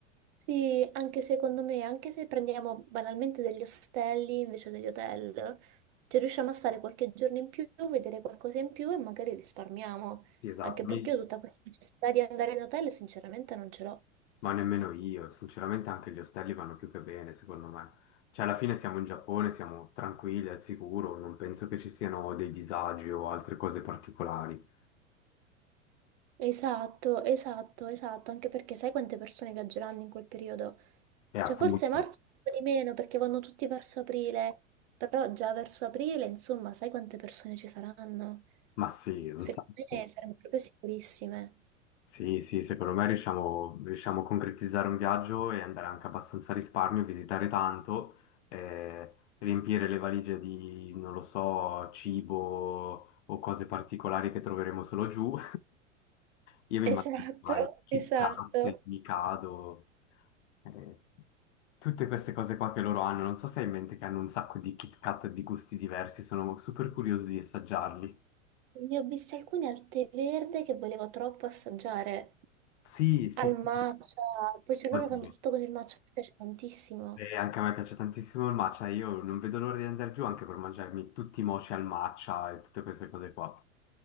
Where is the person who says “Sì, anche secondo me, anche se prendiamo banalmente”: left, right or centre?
Right